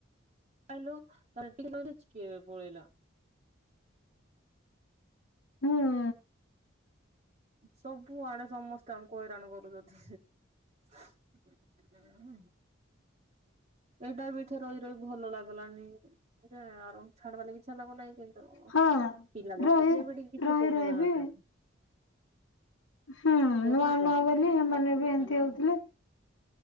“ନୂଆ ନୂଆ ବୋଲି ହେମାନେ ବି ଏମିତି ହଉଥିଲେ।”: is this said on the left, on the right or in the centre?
Left